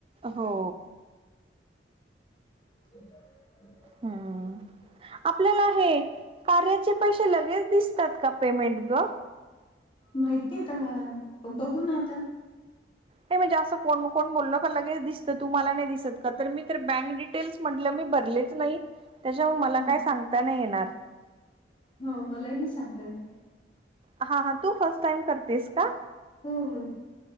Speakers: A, on the right; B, on the left.
A: हो.
B: ह. <unintelligible>
A: हम्म आपल्याला हे कार्याचे पैसे लगेच दिसतात का पेमेंट ग?
B: माहिती आता पण बघू ना आता.
A: नाही म्हणजे असं कोण-कोण बोललं का लगेच दिसतं, तुम्हांला नाही दिसत का? तर मी तर बँक तेच म्हटलं मी भरलेच नाही, त्याच्या <unintelligible> मला
B: ह
A: काय सांगता नाही येणार.
B: हो मलाही नाय सांगता येणार.
A: हा, हा तू फर्स्ट टाइम करतेस का?
B: हम्म हम्.